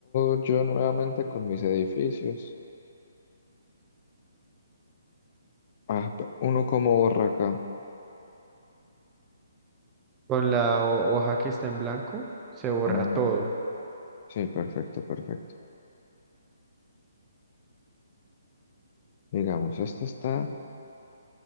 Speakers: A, on the left; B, on the right.
A: o yo nuevamente con mis edificios. Ah, pe- uno como Borracá.
B: Con la ho- hoja que está en blanco, se borra
A: Ah,
B: todo.
A: ah, sí, perfecto, perfecto. Digamos, esto está